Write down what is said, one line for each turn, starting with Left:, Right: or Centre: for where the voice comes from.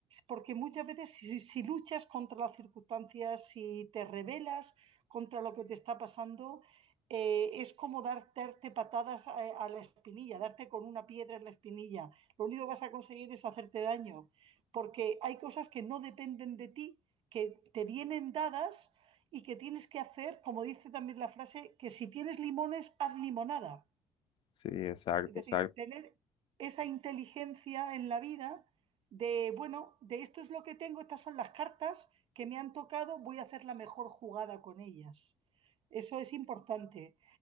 Right: porque muchas veces si, si si luchas contra las circunstancias, si te rebelas contra lo que te está pasando, eh, es como darte, darte patadas a, a, la espinilla, darte con una piedra en la espinilla. Lo único que vas a conseguir es hacerte daño, porque hay cosas que no dependen de ti, que te vienen dadas y que tienes que hacer, como dice también la frase, que si tienes limones, haz limonada.
Left: Sí, exacto,
Right: Es decir,
Left: exacto.
Right: tener esa inteligencia en la vida de, bueno, de esto es lo que tengo, estas son las cartas que me han tocado, voy a hacer la mejor jugada con ellas. Eso es importante.